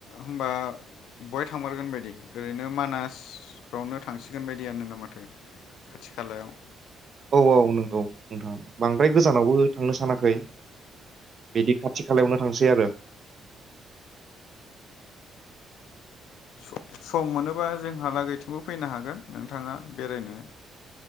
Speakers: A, on the left; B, on the right.
A: होमबा बहाय थांमारगोन बायदि ओरैनो मानास फ्रावनो थांसिगोन बायदियनो ना माथो खाथि खालायाव।
B: औ औ नंगौ नोंथां बांद्राय गोजानावबो थांनो सानाखै बिदि खाथि खालायावनो थांसै आरो।
A: स-सम मोनोबा जोंहालागैथिंबो फैनो हागोन नोंथाङा बेरायनो।